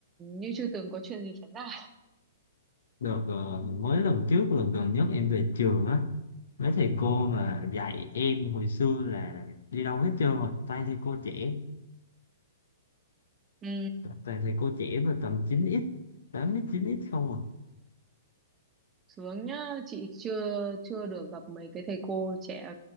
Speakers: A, on the right; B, on the left.
A: như chưa từng có chuyện gì xảy ra.
B: được ờ, mới lần trước lần gần nhất em về trường á mấy thầy cô mà dạy em hồi xưa là đi đâu hết trơn rồi toàn thầy cô trẻ
A: Ừ,
B: toàn thầy cô trẻ mà tầm chín x 8x chín x không
A: sướng nhá, chị chưa chưa được gặp mấy cái thầy cô trẻ